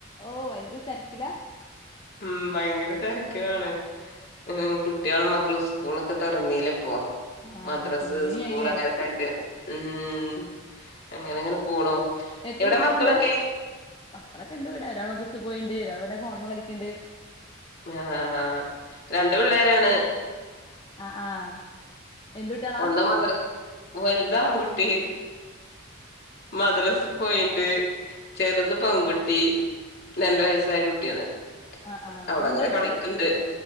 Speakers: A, on the left (about 25°); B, on the left (about 50°).
A: ഓഹ് ഭയങ്കര തിരക്കിലാ?
B: ഉം ഭയങ്കര തിരക്കിലാണ്. ഉം കുട്ടികളും മക്കളും സ്കൂളൊക്കെ തുറന്നീല ഇപ്പോ.
A: ആഹ്
B: മദ്രാസ്
A: കുടുംബിനി
B: സ്കൂൾ
A: ആയില്ലേ
B: അങ്ങനെയൊക്കെ ആയിട്ട് ഉം അങ്ങനെങ്ങനെ പോണു.
A: എത്ര
B: എവിടെ
A: കുട്ടികളുണ്ട്,
B: മക്കളൊക്കെ
A: മക്കളൊക്കെ ഇണ്ട് ഇവിടെ ഒരാള് അകത്ത് പോയിയേണ്ട്, അവിടെ ഫോണുമേ കളിക്കുണ്ട്.
B: ആഹ് രണ്ട് പിള്ളേരാണ്.
A: ആഹ് ആഹ്. എന്ത് കുട്ടികളാ
B: ഉം മദ്രാസ വലുത് ആൺകുട്ടി. മദ്രസ് പോയിയേണ്ട് ചെറുത് പെൺകുട്ടി. രണ്ട് വയസ്സായാ കുട്ടിയാണ്,
A: ആഹ് ആഹ്
B: അവള്
A: ഓളുണ്ടോ
B: അങ്ങനെ
A: അടുത്ത്
B: കളിക്കുണ്ട്.